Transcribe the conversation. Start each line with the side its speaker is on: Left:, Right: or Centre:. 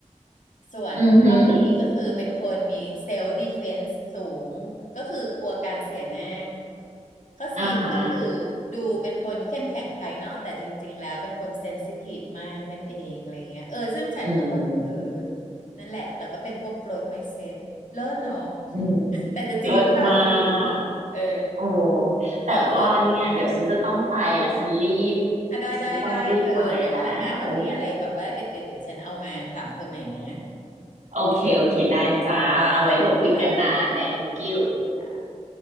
Left: ส่วนข้อ
Right: อือหือ
Left: B ก็คือเป็นคนมี self defense สูงก็คือกลัวการเสียหน้าข้อ C
Right: อ่าฮะ
Left: ก็คือดูเป็นคนเข้มแข็งภายนอกแต่จริงๆแล้วเป็นคน sensitive มากนั่นเองอะไรเงี้ยเออซึ่งฉันก็ว่าเออ
Right: อืม
Left: นั่นแหละเราก็เป็นพวก growth mindset เลิศเนอะ
Right: อืม
Left: <laughs> แต่จะจริงหรือเปล่าไม่รู้
Right: เลิศมาก
Left: เออ
Right: โอ้แต่ว่าเนี่ยเดี๋ยวฉันจะต้องไปแล้วฉันรีบ
Left: เออเออ อ่ะได้ได้ได้เธอเดี๋ยวครั้งหน้าถ้ามีอะไรแบบว่าเด็ดเด็ดเดี๋ยวฉันเอามาถามเธอใหม่นะ
Right: ฉันจะต้องรีบไปแล้วโอเคโอเคได้จ้าเอาไว้เดี๋ยวคุยกันนะ
Left: จ้าบ๊ายบาย
Right: thank you
Left: ค่ะ